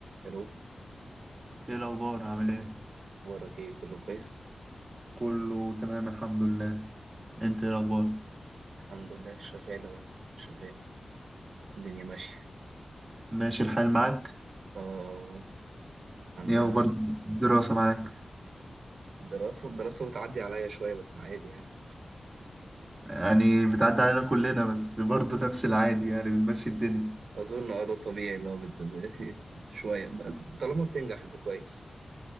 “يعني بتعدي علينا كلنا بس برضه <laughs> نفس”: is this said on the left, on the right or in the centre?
Right